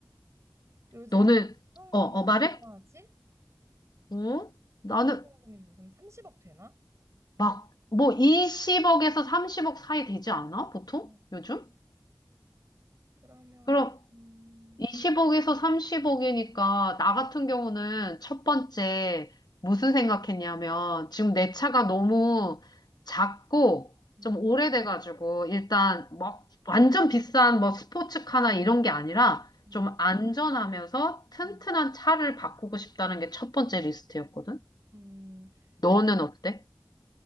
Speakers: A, on the right; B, on the left.
A: 요즘
B: 너는
A: 당첨금이
B: 어, 어
A: 얼마지?
B: 말해? 어? 나는
A: 당첨금이 요즘 30억 되나?
B: 막 뭐 20억에서 30억 사이 되지 않아? 보통?
A: 어,
B: 요즘?
A: 그러면,
B: 그럼
A: 음,
B: 20억에서 30억이니까 나 같은 경우는 첫 번째 무슨 생각했냐면 지금
A: 응,
B: 내 차가 너무 작고
A: 응.
B: 좀 오래돼가지고 일단 막 완전 비싼 뭐 스포츠카나 이런 게 아니라
A: 음,
B: 좀 안전하면서 튼튼한
A: 음,
B: 차를 바꾸고 싶다는 게 첫 번째 리스트였거든.
A: 음.
B: 너는
A: 근데,
B: 어때?